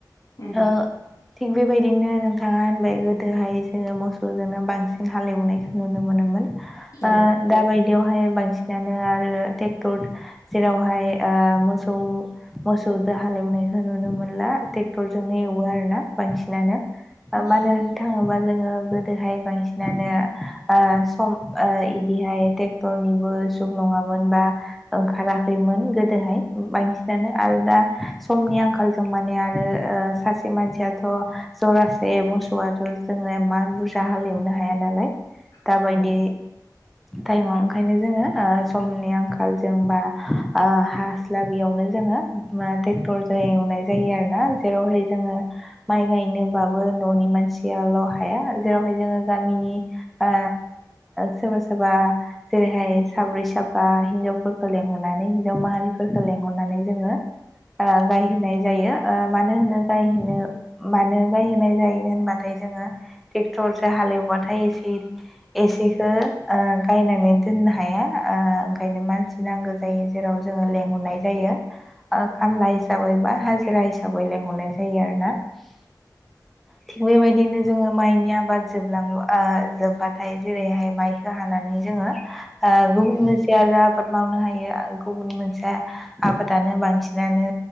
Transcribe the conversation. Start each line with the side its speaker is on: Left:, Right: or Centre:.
Left: उम
Centre: ओ थिग बेबायदिनो नोंथाङा होनबाय गोदोहाय जोंङो मोसौजोंनो बांसिन हालेवनायखौ नुनो मोन
Left: उम
Centre: ओ दा बायदियावहाय बांसिन नानो आरो ट्रेक्टर जेरावहाय ओ मोसौ मोसौ दो हालेवनायखौ नुनो मोनला ट्रेक्टरजोंनो एवो आरो ना बांसिनानो
Left: उम
Centre: मानो थाङोबा जोंङो गोदोहाय बांसिनानो ओ सम ओ इदिहाय ट्रेक्टरनिबो जुग नंङामोन बा ओंखाराखैमोन गोदोहाय बांसिनानो आरो दा समनि आंखाल जों माने आरो ओ सासे मानसियाथ' जरासे मोसौआथ' जोंङो एमान बुरजा हालेवनो हाया नालाय दाबायदि
Left: औ औ
Centre: टाइमाव ओंखायनो जोंङो ओ समनि आंखालजों बा ओ हास्लाबियावनो जोंङो मा ट्रेक्टरजों एवनाय जायो आरो ना जेरावहाय
Left: औ
Centre: जोंङो माइ गायनोबाबो न'नि मानसियाल' हाया जेरावहाय जोंङो गामिनि ओ सोरबा सोरबा जेरैहाय साब्रै साबा हिनजावफोरखौ लेंहरनानै हिनजाव माहारिफोरखौ लेंहरनानै नानै जोंङो ओ‌‌ जाय होननाय जायो ओ मानो होनो गायहनो मानो गायहैनाय जायो होनबाथाय जोंङो ट्रेक्टरजों हालेवबाथाय एसे एसे ओ ओ गायनानै दोननो हाया ओ ओंखायनो मानसि नांगौ जायो। जेराव जोंङो लेंहरनाय जायो। ओ खामला हिसाबै बा हाजिरा हिसाबै लेंंहरनाय जायो आरो ना। थिग बेबायदिनो जोंङो माइनि आबाद जोबलां ओ जोबबाथाय जेरैहाय माइखौ हानानै जोङों ओ गुबुन
Left: औ
Centre: आरो आबाद मावनो हायो गुबुन मोनसे आबादानो बांसिनानो